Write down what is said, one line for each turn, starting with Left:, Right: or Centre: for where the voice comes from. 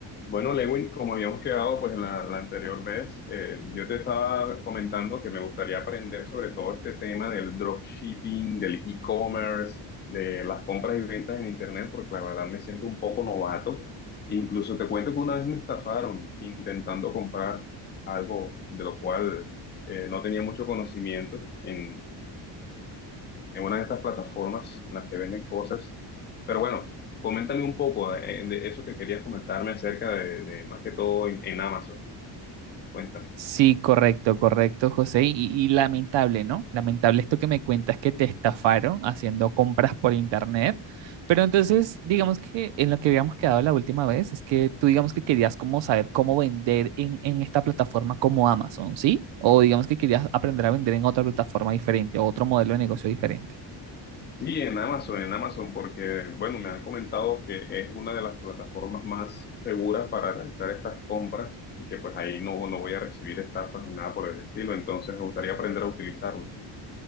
Left: Bueno, Lewin, como habíamos quedado pues la, la anterior vez, eh, yo te estaba comentando que me gustaría aprender sobre todo este tema del dropshipping, del e-commerce, de las compras y ventas en internet, porque la verdad me siento un poco novato. Incluso te cuento que una vez me estafaron intentando comprar algo de lo cual eh, no tenía mucho conocimiento en, en una de estas plataformas en las que venden cosas. Pero bueno, coméntame un poco eh, de, eso que querías comentarme acerca de, de, más que todo en, en Amazon. Cuéntame.
Right: Sí, correcto, correcto, José. Y, y lamentable, ¿no? Lamentable esto que me cuentas que te estafaron haciendo compras por internet. Pero entonces, digamos que en lo que habíamos quedado la última vez es que tú digamos que querías como saber cómo vender en, en esta plataforma como Amazon, ¿sí? O digamos que querías aprender a vender en otra plataforma diferente o otro modelo de negocio diferente.
Left: Sí, en Amazon, en Amazon, porque bueno, me han comentado que es una de las plataformas más seguras para realizar estas compras y que pues ahí no, no voy a recibir estafas ni nada por el estilo, entonces me gustaría aprender a utilizarlo.